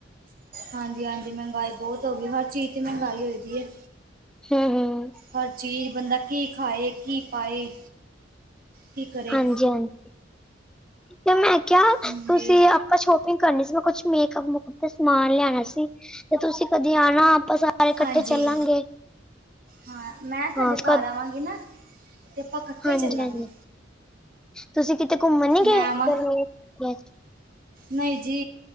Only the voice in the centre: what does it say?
ਹੂੰ, ਹੂੰ
ਹਾਂਜੀ, ਹਾਂਜੀ ਤੇ ਮੈਂ ਕਿਹਾ
ਤੁਸੀਂ ਆਪਾਂ ਸ਼ੋਪਿੰਗ ਕਰਨੀ ਸੀ ਮੈਂ ਕੁਛ ਮੇਕਅਪ ਮੁਕੁਪ ਦਾ ਸਮਾਨ ਲਿਆਣਾ ਸੀ ਤੇ ਤੁਸੀਂ ਕਦੇ ਆਣਾ ਸਾਰੇ ਇਕੱਠੇ
ਚੱਲਾਂਗੇ
ਹਾਂ
ਕਦ
ਹਾਂਜੀ
ਹਾਂਜੀ ਤੁਸੀਂ ਕਿਤੇ ਘੁੰਮਣ ਨੀ ਗਏ
ਗਰਮੀ ਵਿੱਚ?